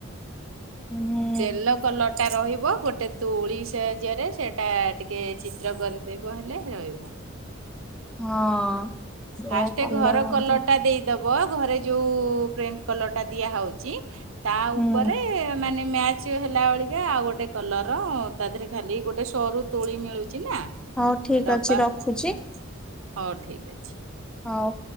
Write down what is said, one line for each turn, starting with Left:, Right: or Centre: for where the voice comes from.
Centre: ହୁଁ ହୁଁ।
Right: ତେଲ କଲର ଟା ରହିବ ଗୋଟେ ତୁଳି ସାହାଯ୍ୟରେ ସେଇଟା ଟିକେ ଚିତ୍ର କରିଦେବ ହେଲେ ରହିବ।
Centre: ହଁ। ସେଇଆ
Right: ଫାଷ୍ଟ
Centre: କଲେ
Right: ଘର
Centre: ହୁଅନ୍ତା
Right: କଲରଟା ଦେଇଦବ ଘରେ ଯୋଉ ପ୍ରେଣ୍ଟ କଲର ଟା ଦିଆ ହୋଉଛି। ତା ଉପରେ
Centre: ହୁଁ
Right: ମାନେ ମ୍ୟାଚ ଚି ହେଲା ଭଳିକା ଆଉ ଗୋଟେ କଲରର ତା ଦେହରେ ଖାଲି ଗୋଟେ ସରୁ ତୋଳି ମିଳୁଛି ନା।
Centre: ହଉ ଠିକ
Right: ଏ ଡବା
Centre: ଅଛି ରଖୁଛି
Right: ଏମତି ହୋଉ ଠିକ ଅଛି।
Centre: ହୋଉ।